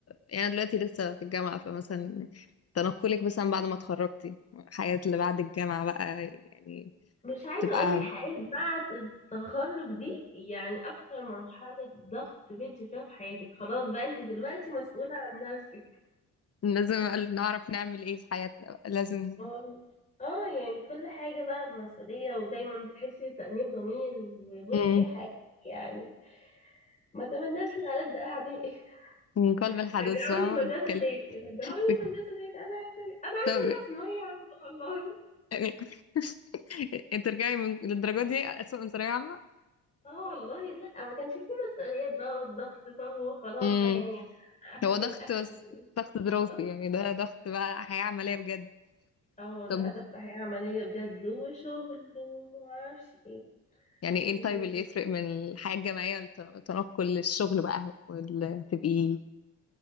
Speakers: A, on the left (about 45°); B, on the left (about 20°).
A: يعني أنا دلوقتي لسه في الجامعة فمثلا تنقلك مثلا بعد ما اتخرجتي الحياة اللي بعد الجامعة بقى يعني
B: مش عايزة
A: تبقى
B: أقولك حاجات بعد التخرج دي يعني أكتر مرحلة ضغط بنتي فيها في حياتك خلاص بقى أنت دلوقتي مسؤولة عن نفسك
A: لازم نعرف نعمل ايه في حياتنا بقى. لازم
B: هو- اه يعني كل حاجة بقى مسؤولية ودايما بتحسي بتأنيب ضمير وبصي
A: مم.
B: حياتك يعني ما تمناش لألد أعدائي <laughs>
A: من قلب الحدث
B: رجعوني
A: فاهمة
B: المدرسة
A: بتكل-
B: تاني رجعوني
A: بت-
B: المدرسة تاني أنا عايزة أرجع أنا عايزة
A: طب-
B: أرجع ثانوية عامة والله
A: يعني <laughs> انت ترجعي من للدرجة دي أسوأ من ثانوية عامة
B: اه والله لأ ما كانش فيه مسؤوليات بقى والضغط بقى وخلاص
A: مم.
B: بقى يعني آخري
A: هو ضغط
B: بقى آخر
A: بس ضغط دراسي
B: اه
A: يعني ده ضغط بقى حياة عملية بجد
B: اه لا
A: طب
B: ضغط حياة عملية بجد وشغل ومعرفش ايه
A: يعني ايه
B: و-
A: الطيب اللي يفرق من الحياة الجامعية للتنقل للشغل بقى وال- تبقي